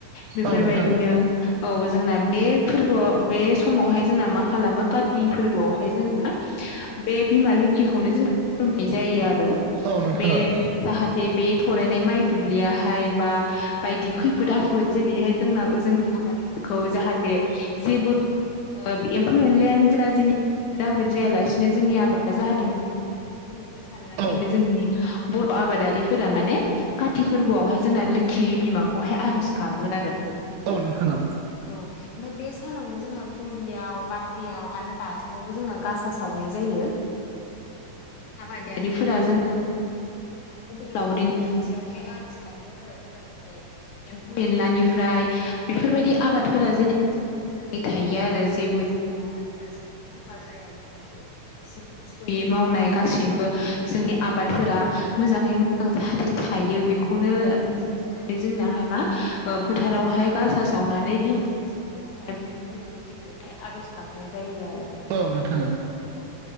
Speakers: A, on the left; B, on the right.
A: बेफोरबायदिनो
B: औ नोंथां औ
A: औ जोंना बे फोरबोआव बे समावहाय जोंना मा खालामो काति फोरबोआवहाय जोंना बे बिमा लोखिखौनो जोङो खुलुमनाय जायो आरो
B: औ नोंथां औ नोंथां औ नोंथां औ नोंथां औ नोंथां
A: बे
B: औ नोंथां औ नोंथां औ औ
A: जाहा थे बे थरायनाय माइ दुब्लियाहाय बा बायदि खैफोद आफोद जेरैहाय जोंना जोंनि आबाद फोरखौ जाहाथे जेबो एम्फौ एनलायानो जा जेनिबो खैफोद आफोद जायालासि जोंनि आबादा जाहाथे मोजाङै थायो बेखौ साननानैनो
B: नोंथां औ औ
A: जोंनि बर' आबादारिफोरा माने काति फोरबोआवहाय जोंना लोखि बिमाखौहाय आर'ज गाबो आरो
B: औ नोंथां औ
A: औ ओमफ्राय बे सानावनो जोंना गलियाव बाख्रियाव आरो बाथौआवबो जोंना गासा सावनाय जायो आबादारिफोरा जोंना अबंलावरिनि खाथियावहाय आर'ज गाबो जाहाथे एम्फौ एनलानिफ्राय बेफोरबायदि आबादफोरा जेनेबा जों मोजाङै थायो आरो जेबो जोंनि आबादफोरा जेबो खहा जाया जाथे खस्थ'यै मावनाय गासैबो जोंनि आबादफोरा मोजाङै मोजां जाहाथे थायो बेखौनो मिजिं नानै जोंनाहाय मा फोथारावहाय गासा सावनानै बिमा नियावहाय बा बिमा लोखिखौहाय आर'ज गाबनाय जायो आरो
B: औ नोंथां औ
A: औ